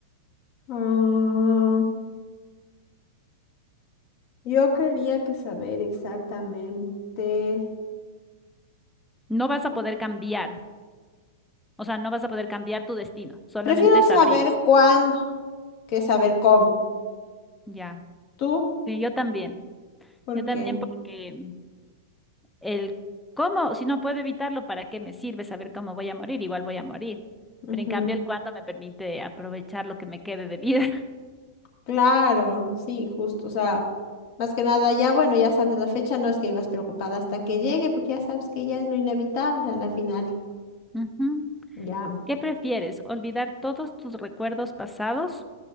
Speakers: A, on the left (about 50°); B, in the centre.
A: Ah, yo creería que saber exactamente.
B: No vas a poder cambiar, o sea, no vas a poder cambiar tu destino, solamente
A: Prefiero saber
B: sabrías.
A: cuándo que saber cómo.
B: Ya.
A: ¿Tú?
B: Sí, yo también.
A: ¿Por
B: Yo también
A: qué?
B: porque el cómo, si no puedo evitarlo, ¿para qué me sirve saber cómo voy a morir? Igual voy a morir.
A: Ujú.
B: Pero en cambio el cuándo me permite aprovechar lo que me quede de vida.
A: Claro, sí, justo, o sea, más que nada ya, bueno, ya sabes la fecha, no es que ibas preocupada hasta que llegue, porque ya sabes que ya es lo inevitable a la final,
B: <laughs> Ujú.
A: ya.
B: ¿Qué prefieres? ¿Olvidar todos tus recuerdos pasados?